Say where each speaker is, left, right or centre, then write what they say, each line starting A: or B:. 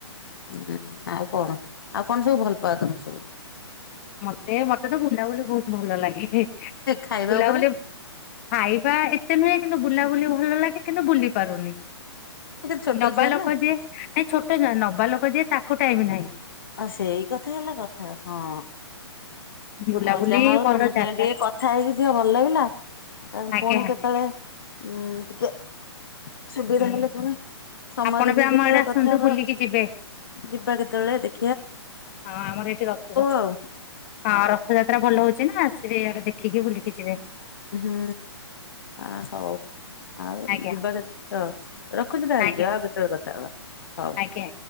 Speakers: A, on the left; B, on the left.
A: ହୁଁ ଆଉ କଣ? ଆଉ କଣ ସବୁ ଭଲ ପାଆ ତମେ ସବୁ?
B: ମତେ ମତେ ତ ବୁଲାବୁଲି ବହୁତ ଭଲ ଲାଗେ।
A: ଖାଇବା
B: ବୁଲାବୁଲି
A: ଉପରେ
B: ଖାଇବା ଏତେ ନୁହେଁ। କିନ୍ତୁ ବୁଲାବୁଲି ଭଲ ଲାଗେ। କିନ୍ତୁ ବୁଲି ପାରୁନି।
A: ଛୋଟ
B: ନବା
A: ଛୁଆ
B: ଲୋକ
A: ନା
B: ଯିଏ ନାଇ ଛୋଟ ଯ ନବା ଲୋକ ଯିଏ ତାକୁ ଟାଇମି ନାହିଁ।
A: ଆଉ ସେଇ କଥା ହେଲା କଥା ହଁ।
B: ବୁଲାବୁଲି
A: ଆଉ ଯାହା ହଉ
B: ଭଲ
A: ତମ
B: ଜାଗା
A: ସାଙ୍ଗେ ଟିକେ କଥା ହେଇକି ଝିଅ ଭଲ ଲାଗିଲା।
B: ଆଜ୍ଞା
A: ପୁଣି କେତେବେଳେ ଉଁ ଟିକେ ସୁବିଧା
B: ହୁଁ।
A: ହେଲେ ପୁଣି ସମୟ
B: ଆପଣ
A: ଦେଖିକି
B: ବି ଆମ
A: କେତେବେଳେ
B: ଆଡେ ଆସନ୍ତୁ
A: କଥା ହବା।
B: ବୁଲିକି ଯିବେ
A: ଯିବା କେତେବେଳେ ଦେଖ
B: ହଁ ଆମର ଏଇଠି ରଥ ଟଣା
A: ଆଉ
B: ହଁ
A: ହଉ
B: ର ରଥଯାତ୍ରା ଭଲ ହଉଛି ନା ଆସିଲେ ଆଡେ ଦେଖିକି ବୁଲିକି ଯିବେ।
A: ହୁଁ ଆ ହଉ। ଆ
B: ଆଜ୍ଞା
A: ଯିବା କେତୋ ରଖୁଛି ତାହେଲେ
B: ଆଜ୍ଞା
A: ଯା ଆଉ କେତେବେଳେ କଥା ହବା ହଉ।
B: ଆଜ୍ଞା।